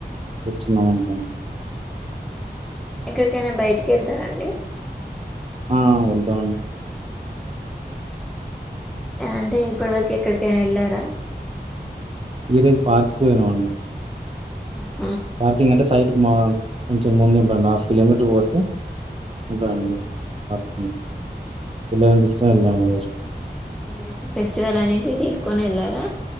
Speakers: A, on the right; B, in the centre.
A: వచ్చినవనుంగా
B: ఎక్కడికైనా బయటికి వెళ్తారాండి
A: ఆ వెళ్తాండి
B: ఆహా అంటే ఇప్పటి వరకు ఎక్కడికైనా వెళ్ళారా
A: ఈరోజు పార్కుకు పోయినం
B: ఆ
A: పార్కింగ్ అంటే సైట్ మా కొంచెం ముందు ఉంటండి హాఫ్ కిలోమీటర్ పోతే
B: ఉమ్
A: ఉంటదండి పార్కింగ్
B: ఉహు
A: పిల్లలను తీసుకొని వెళ్దామండి ఈరోజు
B: ఈరోజు ఫెస్టివల్ అనేసి తీసుకొని వెళ్లారా